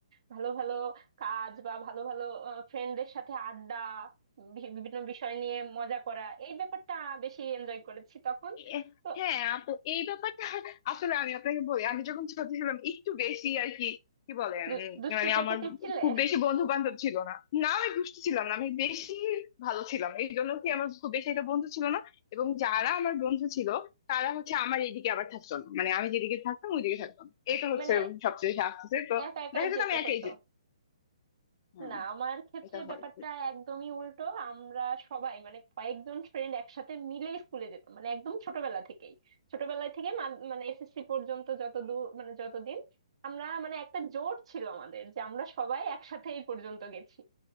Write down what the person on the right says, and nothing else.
ভালো ভালো কাজ বা ভালো ভালো ফ্রেন্ডদের সাথে আড্ডা বি- বিভিন্ন বিষয় নিয়ে মজা করা এই ব্যাপারটা বেশি এনজয় করেছি তখন
তো
দু- দুষ্টু
প্রকৃতির
ছিলে
মানে
একা একাই
যেতে
হতো
না আমার ক্ষেত্রে
ব্যাপারটা একদমই উল্টো আমরা সবাই মানে কয়েকজন ফ্রেন্ড একসাথে মিলে স্কুলে যেতাম মানে একদম ছোটবেলা থেকেই ছোটবেলা থেকে মা- মানে এসএসসি পর্যন্ত যত দূর মানে যতদিন আমরা মানে একটা জোট ছিল আমাদের যে আমরা সবাই একসাথে এই পর্যন্ত গেছি